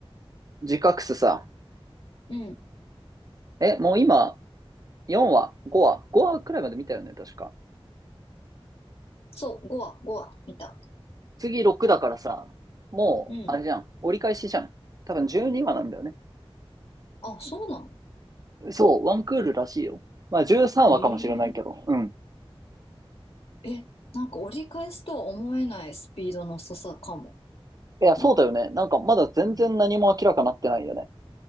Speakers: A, on the right; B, on the left.
A: ジカクスさ、
B: う。うん。
A: え、もう今4話、5話、5話くらいまで見たよね、確か。
B: そう、5話、5話、見た。
A: 次6だからさ、もうあれじゃん、
B: うん。
A: 折り返しじゃん。多分12話なんだよね。
B: あ、そうなの
A: そう、ワンクールらしいよ。まあ13話かもしれないけど、
B: え
A: うん。
B: ええ、なんか折り返すとは思えないスピードの遅さかも
A: いや、そうだよね。
B: な。
A: なんかまだ全然何も明らかになってないよね。
B: うん